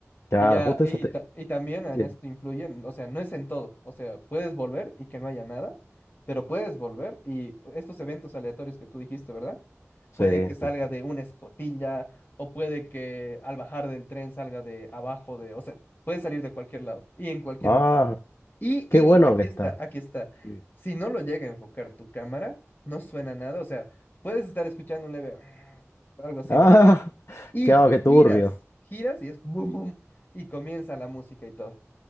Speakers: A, on the left; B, on the left.
A: Claro,
B: Y ya,
A: justo
B: y,
A: eso te.
B: ta- y también en
A: Sí,
B: esto influyen, o sea, no es en todo, o sea, puedes volver y que no haya nada, pero puedes volver y estos eventos aleatorios que tú dijiste, ¿verdad?
A: sí,
B: Puede que
A: sí.
B: salga de una escotilla o puede que al bajar del tren salga de abajo de, o sea, puede salir de cualquier lado y en cualquier
A: Ah,
B: momento. Y,
A: qué
B: y,
A: bueno
B: y aquí
A: que está.
B: está, aquí está.
A: Sí.
B: Si no lo llega a enfocar tu cámara, no suena nada, o sea, puedes estar escuchando un leve <grunts> algo así,
A: Ah,
B: ¿verdad?
A: <laughs>
B: Y
A: qué, ah, qué turbio.
B: giras, giras y es boom, boom. Y comienza la música y todo.